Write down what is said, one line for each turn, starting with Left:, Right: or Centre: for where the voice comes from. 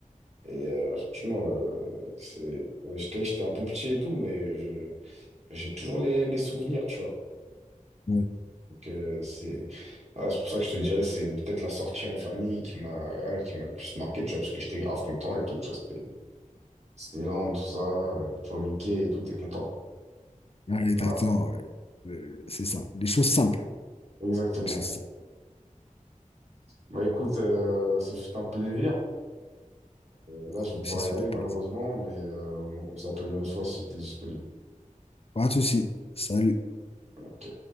Right: et euh, franchement, euh, c'est, euh, j'étais j'étais un peu petit et tout, mais je- j'ai toujours les, les souvenirs, tu vois.
Left: Ouais.
Right: Donc, euh, c'est ouais, c'est pour ça que je te dirais, c'est peut-être la sortie en famille qui m'a ouais, qui m'a le plus marqué, tu vois, parce que j'étais grave content et tout, tu vois, c'était Disneyland tout ça, euh, tu vois, Mickey et tout, t'es content.
Left: Ouais, exactement,
Right: Voilà,
Left: ouais. Le- c'est ça. des choses simples.
Right: exactement.
Left: Les choses simples.
Right: Bah écoute, euh, ce fut un plaisir. Euh, là, je vais
Left: Même
Right: devoir
Left: Si c'est
Right: y aller
Left: un
Right: malheureusement,
Left: plaisir.
Right: mais euh, on, on s'appelle une autre fois si t'es disponible.
Left: Pas de souci. Salut.
Right: Ok.